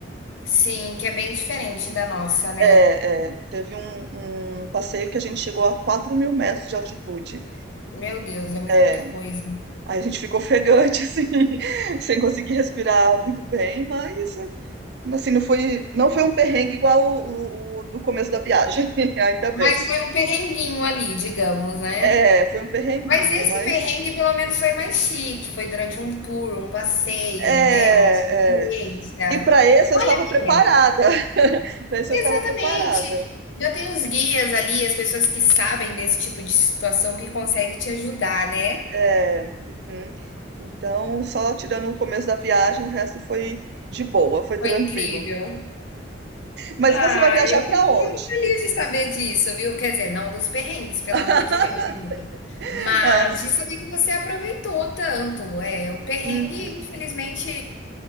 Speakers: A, on the left; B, on the right.
A: Sim, que é bem diferente da nossa, né?
B: É, é, teve um, um passeio que a gente chegou a quatro mil metros de altitude.
A: Meu Deus, é muita
B: É,
A: coisa.
B: aí a gente ficou ofegante, <laughs> assim, sem conseguir respirar muito bem, mas Assim, não foi, não foi um perrengue igual o, o- o do começo da viagem, <laughs> ainda
A: Mas
B: bem.
A: foi um perrenguinho ali, digamos, né?
B: É, foi um perrenguinho,
A: Mas esse
B: mas
A: perrengue pelo menos foi mais chique, foi durante um tour, um passeio,
B: é,
A: né, uma experiência.
B: é. E para esse
A: Vale
B: eu estava
A: a
B: preparada.
A: pena.
B: <laughs> Para esse
A: Exatamente.
B: eu estava preparada.
A: Já tem os guias ali, as pessoas que sabem desse tipo de situação que conseguem te ajudar, né?
B: É, uhum. Então, só tirando o começo da viagem, o resto foi de boa, foi
A: Foi
B: tranquilo.
A: incrível.
B: Mas
A: Ah,
B: você vai viajar
A: eu
B: para
A: fico
B: onde?
A: muito feliz de saber disso, viu? Quer dizer, não dos perrengues, pelo
B: <laughs>
A: amor de Deus, amiga. Mas
B: Ah,
A: de saber que você aproveitou tanto. É, o perrengue,
B: uhum.
A: infelizmente,